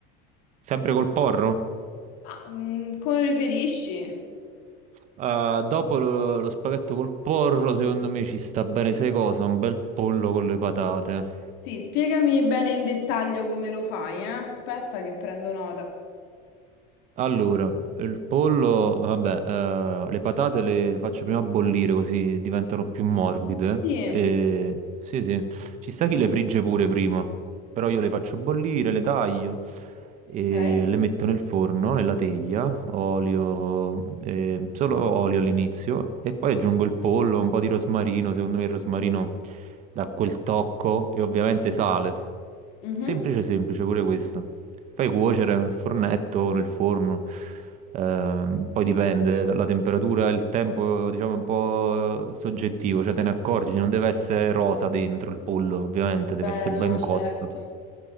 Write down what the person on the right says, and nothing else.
Sempre col porro?
Eh, dopo lo, lo spaghetto col porro, secondo me ci sta bene, sai cosa? Un bel pollo con le patate.
Allora, il pollo, vabbè, eh, le patate le faccio prima bollire così diventano più morbide.
E... Sì, sì, ci sta chi le frigge pure prima, però io le faccio bollire, le taglio e
le metto nel forno, nella teglia, olio, eh, solo olio all'inizio e poi aggiungo il pollo, un po' di rosmarino, secondo me il rosmarino dà quel tocco e ovviamente sale.
Semplice, semplice, pure questo. Fai cuocere nel fornetto o nel forno, ehm, poi dipende dalla temperatura, il tempo, diciamo, è un po' soggettivo, cioè te ne accorgi, non deve essere rosa dentro il pollo, ovviamente, deve
essere
ben
cotto,